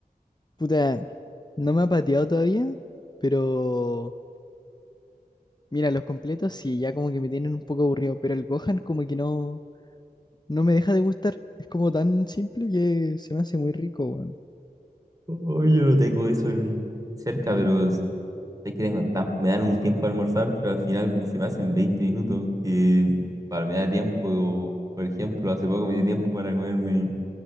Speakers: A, on the left; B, on the right.
A: puta, no me ha pateado todavía, pero mira, los completos sí, ya como que me tienen un poco aburrido, pero el Gohan como que no. no me deja de gustar. Es como tan simple que se me hace muy rico, weón.
B: Oh, yo no tengo eso en- cerca, pero es es que tengo tan- me dan un tiempo a almorzar, pero al final se me hacen 20 minutos que para me da tiempo, por ejemplo, hace poco me di tiempo para comerme.